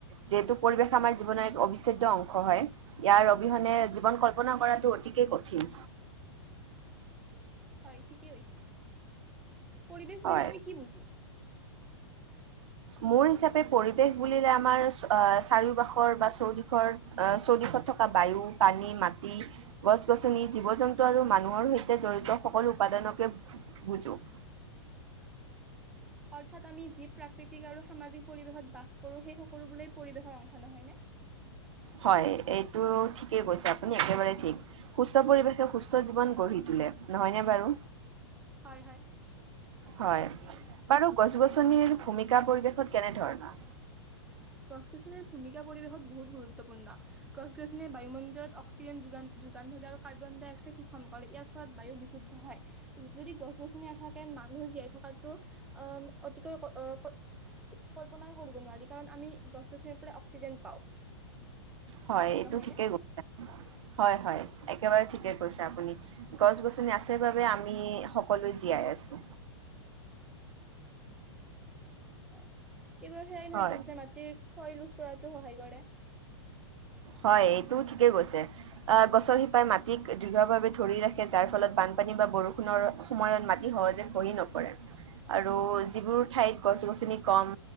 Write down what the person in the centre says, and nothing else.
হয়, ঠিকেই হৈছে, পৰিৱেশ
বুলিলে আমি কি বুজো?
অৰ্থাৎ আমি যি প্ৰাকৃতিক আৰু সামাজিক পৰিৱেশত বাস কৰো, সেই সকলো বোৰেই পৰিৱেশৰ অংশ নহয় নে?
হয় হয়
ঠিকেই কৈছে।
গছ-গছনি ভূমিকা পৰিৱেশত বহুত গুৰুত্বপূৰ্ণ। গছ-গছনি বায়ুমণ্ডলত অক্সিজেন যোগান- যোগান ধৰে আৰু কাৰ্বন ডাইক্সাইড শোষণ কৰে ইয়াৰ ফলত বায়ু শুদ্ধ হয়। যদি গছ-গছনি নাথাকে মানুহ জীয়াই থকাতটো আহ অতিকৈ ক অ ক কল্পনাই কৰিব নোৱাৰি কাৰণ আমি গছ-গছনিৰ পৰা অক্সিজেন পাওঁ।
নহয়
নে
হয়, কেৱল সেয়াই নহয়
গছে মাটিৰ ক্ষয় ৰোধ কৰাতো সহায় কৰে।
<inaudible>